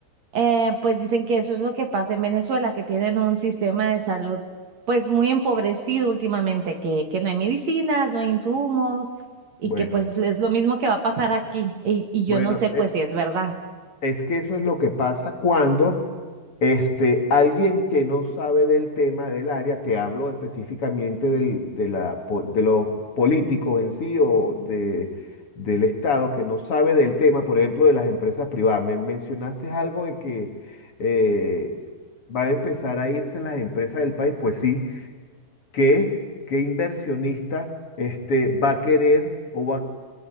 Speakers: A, on the right; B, on the left.
A: eh, pues dicen que eso es lo que pasa en Venezuela, que tienen un sistema de salud pues muy empobrecido últimamente, que, que no hay medicinas, no hay insumos y
B: Bueno,
A: que pues es lo mismo que va a pasar aquí. y y yo
B: bueno,
A: no sé pues
B: e-
A: si es verdad.
B: es que eso es lo que pasa cuando este, alguien que no sabe del tema del área, te hablo específicamente del- de la, po- de los políticos en sí o de, del Estado que no sabe del tema, por ejemplo, de las empresas privadas. Me mencionaste algo de que eh, van a empezar a irse las empresas del país, pues sí, qué qué inversionista este, va a querer o va